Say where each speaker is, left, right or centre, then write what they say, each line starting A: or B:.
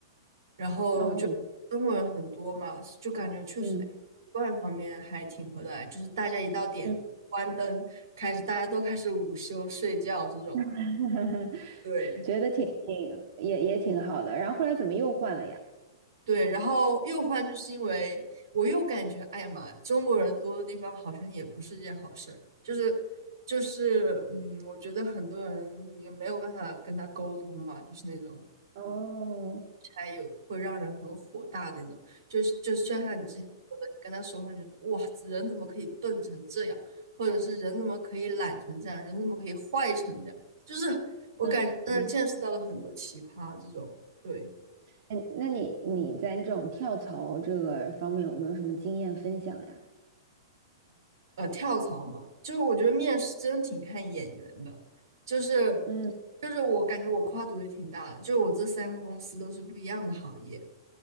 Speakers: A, on the right; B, on the right.
A: 然后就中国人很多嘛，
B: 哦
A: 就感觉确实哎观方面还挺合得来，
B: 嗯
A: 就是大家一到点关灯，
B: 嗯，
A: 开始大家都开始午休睡觉这种。
B: <laughs>
A: 对，
B: 觉得挺挺也也挺好的。然后后来怎么又换了呀？
A: 对，然后又换就是因为我又感觉，哎呀妈，中国人多的地方好像也不是件好事儿，就是就是，嗯，我觉得很多人你没有办法跟他沟通嘛，就是那种，
B: 哦
A: 还有会让人很火大那种，就是就就像你之前说的，跟他说话，你觉得哇，人怎么可以笨成这样，或者是人怎么可以懒成这样，人怎么可以坏成这样，就是
B: 嗯嗯
A: 真的见识到了很多奇葩这种，对，
B: 哎，那你你在这种跳槽这个方面有没有什么经验分享呀？
A: 呃，跳槽嘛，就是我觉得面试真挺看眼缘的，就是
B: 嗯，
A: 就是我感觉我跨度也挺大的，就是我这三个公司都是不一样的行业，